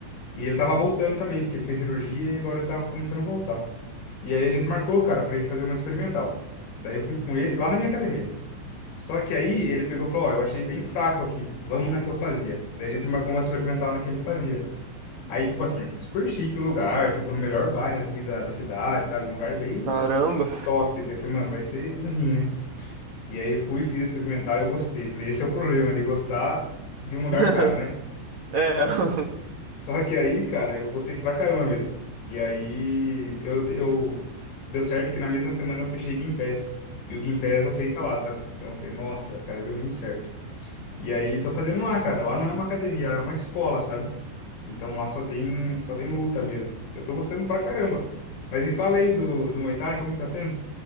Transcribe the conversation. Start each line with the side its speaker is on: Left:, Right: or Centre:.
Left: E ele tava voltando também, porque ele fez cirurgia e agora ele tava começando a voltar. E aí a gente marcou, cara, pra ir fazer uma experimental. Daí eu fui com ele lá na minha academia. Só que aí ele pegou e falou, ó, eu achei bem fraco aqui, vamos na que eu fazia. Daí a gente marcou uma experimental na que ele fazia. Aí, tipo assim, super chique o lugar, tipo, no melhor bairro aqui da, da cidade, sabe? Um lugar bem
Right: Caramba.
Left: top. Daí eu falei, mano, vai ser um rim, né? E aí fui, fiz a experimental e eu gostei. Falei, esse é o problema de gostar de um lugar
Right: <laughs>
Left: caro, né?
Right: É,
Left: Só,
Right: <laughs>
Left: só que aí, cara, eu gostei pra caramba mesmo. E aí, eu, te- eu... Deu certo que na mesma semana eu fechei Gympass. E o Gympass aceita lá, sabe? Então eu falei, nossa, cara, deu muito certo. E aí tô fazendo lá, cara. Lá não é uma academia, lá é uma escola, sabe? Então lá só tem, só tem luta mesmo. Eu tô gostando pra caramba. Mas me fala aí do, do Muay Thai, como que tá sendo?